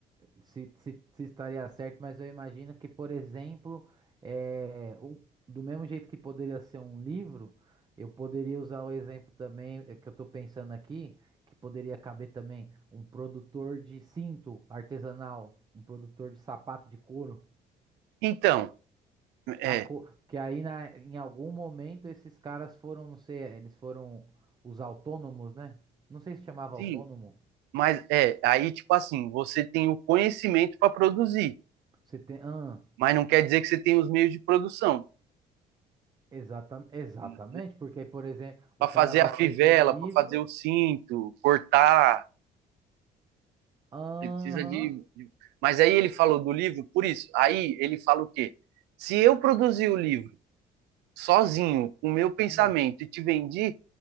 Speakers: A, on the right; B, on the right.
A: se, se, se estaria certo, mas eu imagino que, por exemplo, é, um- do mesmo jeito que poderia ser um livro, eu poderia usar o exemplo também eh, que eu estou pensando aqui, que poderia caber também um produtor de cinto artesanal, um produtor de sapato de couro.
B: Então, é,
A: A co- Que aí na- em algum momento esses caras foram, não sei, eles foram os autônomos, né? Não sei se chamava autônomo.
B: sim, Mas é, aí tipo assim, você tem o conhecimento para produzir,
A: Você tem. Ah,
B: mas não quer dizer que você tem os meios de produção.
A: exata, exatamente,
B: né?
A: porque aí, por exemplo,
B: Para
A: o cara
B: fazer
A: vai
B: a
A: escrever
B: fivela,
A: um livro.
B: para fazer o cinto, cortar,
A: Aham.
B: você precisa de, de. Mas aí ele falou do livro por isso. Aí ele fala o quê? Se eu produzir o livro sozinho, com o meu pensamento,
A: hum,
B: e te vendi,